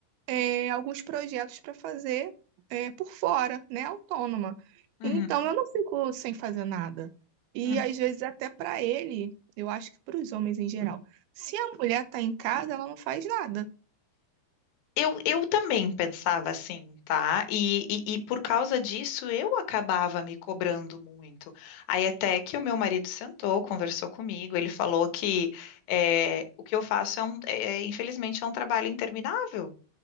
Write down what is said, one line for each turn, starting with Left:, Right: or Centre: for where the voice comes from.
Right: é, alguns projetos para fazer é, por fora, né, autônoma.
Left: Uhum,
Right: Então eu não fico sem fazer nada. E
Left: uhum.
Right: às vezes até para ele, eu acho que para os homens em geral, se a mulher está em casa, ela não faz nada.
Left: Eu, eu também pensava assim, tá? E, e, e por causa disso eu acabava me cobrando muito. Aí até que o meu marido sentou, conversou comigo, ele falou que é, o que eu faço é, um, é, é, infelizmente, é um trabalho interminável.